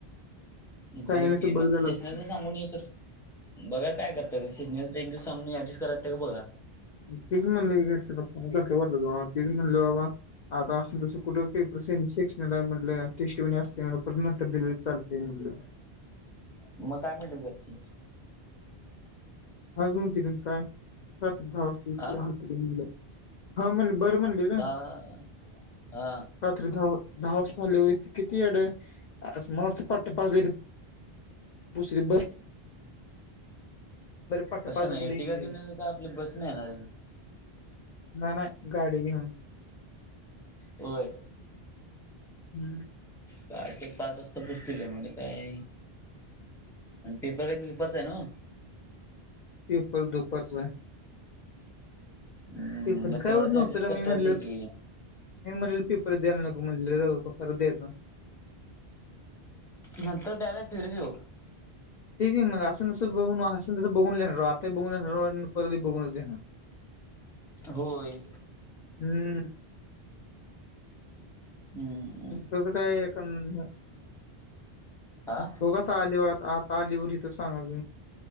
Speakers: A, on the left (about 55°); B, in the centre.
A: सांगितलं
B: होय
A: असतं
B: की
A: बरं
B: मं
A: झालं
B: सेशनाच
A: असतं
B: सांगून तरं बघां कायं करतां रं सिजनलंचा एक दिवसांगणी करतं ते कां बघां
A: तीचं म्हणले फ वाटतं म्हणले बाबां आंता असं तसं कुठं पेपर से सेक्शनला म्हटलं टेस्ट असते नंतर दिले चालते म्हटलं
B: मंग कायं म्हटते घरची
A: आंज म्हजिथूंन कायं रात्री दहा वाजंताथ
B: हा
A: हालतीलीलं हां म्हणले बरं म्हणले
B: दहा
A: नां
B: हा
A: रात्री दहा दहा वाजंता लं हो कितीडे मती पट्ट पाजले दूसरी बसं पट्ट
B: कशाने
A: पाजला सुद्धा
B: येणारे एरटिका
A: येतील
B: कां आपलं बसं ने येणारे
A: कायं नाहीं नाहीं गांडी घेऊन
B: होयं
A: हम्मं
B: कांटे पांच वाजंता पुसतीलय म्हणजे कायं आणि पेपर कधीं दुपांरचा आहे नां
A: पेपर दुपारचा आहे
B: हम्म
A: पेपरच
B: मग
A: कायं
B: तेवढं
A: येवढ
B: ते
A: नव्हतं
B: ऍडजस्ट
A: रे
B: करता
A: मी म्हणलं
B: येते की
A: नाहीं म्हणलं पेपर द्यांयला नको म्हणलं द्यायचं
B: नंतर द्यांला फिर देऊ
A: तेचं मंग असं जसं बघूंन तसं बघूंनणार आंताही बघूंनणार परध बघूंनचणार
B: होयं
A: हम्मं
B: हम्मं
A: तसं ते कायं
B: हा
A: बघं आंता अलीवरांत आंता अलीवर इथं सांगा